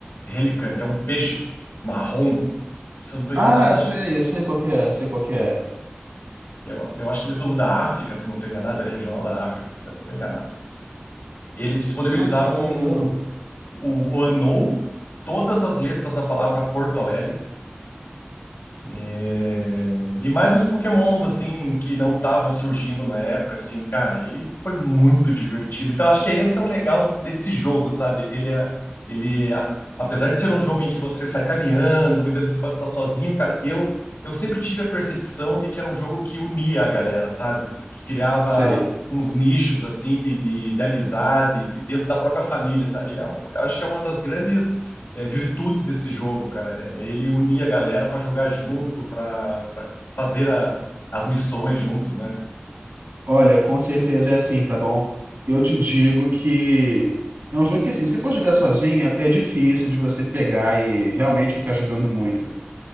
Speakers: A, on the left (about 80°); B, on the right (about 75°).
A: relicante, é um peixe marrom. Se eu não estou enganado,
B: Ah, sei,
A: acho,
B: eu sei qual que é, sei qual que é.
A: eu, eu acho que ele é do, da África, se eu não estou enganado, ele é regional da África, se eu não estou enganado. Eles disponibilizaram
B: Nossa, que
A: um,
B: legal.
A: o, o ANOU, todas as letras da palavra Porto Alegre, É, E mais uns Pokémons, assim, que não estavam surgindo na época, assim, cara, e foi muito divertido. Então, acho que esse é o legal desse jogo, sabe? Ele é, ele, a- apesar de ser um jogo em que você sai caminhando, muitas vezes você pode estar sozinho, cara, eu, eu sempre tive a percepção de que era um jogo que unia a galera, sabe? Que criava
B: Sei.
A: uns nichos, assim, de, de, de amizade, de- dentro da própria família, sabe? É um- eu acho que é uma das grandes é, virtudes desse jogo, cara. É, é ele unia a galera para jogar junto, para fazer a- as missões juntos, né?
B: Olha, com certeza é assim, tá bom? Eu te digo que é um jogo que, assim, se for jogar sozinho, até é difícil de você pegar e realmente ficar jogando muito.